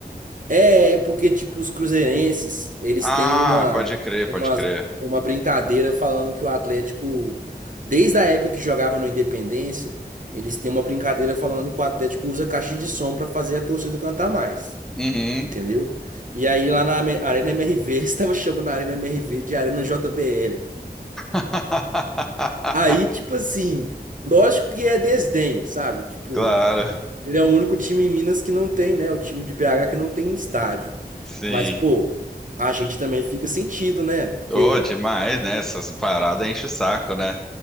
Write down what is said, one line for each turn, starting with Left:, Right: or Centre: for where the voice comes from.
Right: É, é porque, tipo, os cruzeirenses, eles
Centre: Ah,
Right: têm uma,
Centre: pode crer,
Right: uma,
Centre: pode crer.
Right: uma brincadeira falando que o Atlético, desde a época que jogava no Independência, eles têm uma brincadeira falando que o Atlético usa caixa de som pra fazer a torcida cantar mais,
Centre: Uhum.
Right: entendeu? E aí lá na Ame- Arena MRV, <laughs> eles estavam chamando a Arena MRV de Arena JBL, velho.
Centre: <laughs>
Right: Aí, tipo assim, lógico que é desdém, sabe? Tipo,
Centre: Claro,
Right: ele é o único time em Minas que não tem, né? O time de BH que não tem estádio.
Centre: sim.
Right: Mas, pô, a gente também fica sentido, né? Porque,
Centre: Ô, demais, né? Essas paradas enche o saco, né?